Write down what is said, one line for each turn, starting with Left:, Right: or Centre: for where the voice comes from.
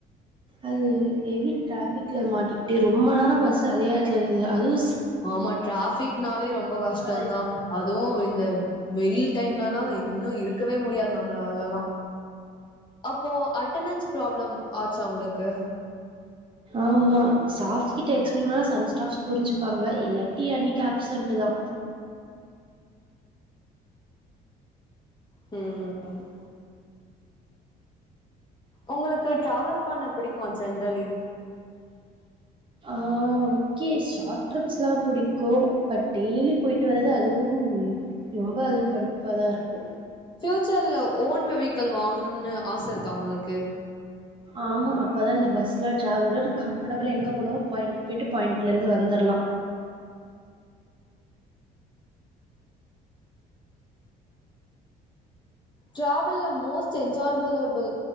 Right: அது ஹெவி டிராபிக்ல மாட்டிக்கிட்டு ரொம்ப நேர பஸ் அதே எடத்துல இருது அதுவு
Left: ஆமா டிராபிக்னாலே ரொம்ப கஷ்டந்தா
Right: இதுவா இருக்கும்
Left: அதுவு
Right: அதெல்லாம்.
Left: இந்த வெயில் டைம்லலா இன்னு இருக்கவே முடியாது நம்மளாலா அப்போ அட்டணன்ஸ் பப்ளம் ஆச்சா உங்களுக்கு
Right: ஆமா ஸ்டாப் கிட்ட ச சம் ஸ்டாப்ஸ் புரிஞ்சுப்பாங்க இல்லாட்டி அன்னைக்கு ஆப்சன்ட் தா
Left: ம் உங் டிராவல் பண்ண பிடிக்குமா ஜென்ரலி
Right: ஆ ஓகே ஷார்ட் ட்ரிப்ஸ்லா பிடிக்கு பட் டெய்லி போயிட்டு வர்து அதுவு ரொம்ப அதுவு கடுப்ப தா இருக்கு
Left: பியூச்சர்ல ஓன் வெஹிக்கல் வாங்கணும்னு ஆச இருக்கா உங்களுக்கு
Right: ஆமா அப்பதா இந்த பஸ்ல டிரராவலோட கம்ஃபர்டபிளா எங்க போனோ பாயிண்ட போயிட்டு பாயிண்ட்ல இருந்து வந்துர்லா
Left: டிராவல்ல மோஸ்ட் என்ஜாய்பிலபிள்